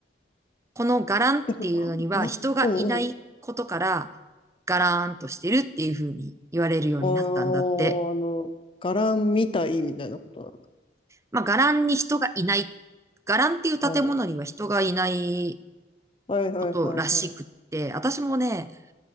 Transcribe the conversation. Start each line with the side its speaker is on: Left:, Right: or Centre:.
Right: この伽藍っていうのには人がいないことから、
Left: でも、なん、な、うんうん。
Right: ガラーンとしてるっていう風に言われるようになったんだって。
Left: おー、あの、ガランみたいみたいなことな
Right: まあ、伽藍に人がいない、伽藍っていう建物には人がいない
Left: の。おーはいはいはいはい。
Right: ことらしくって、私もね、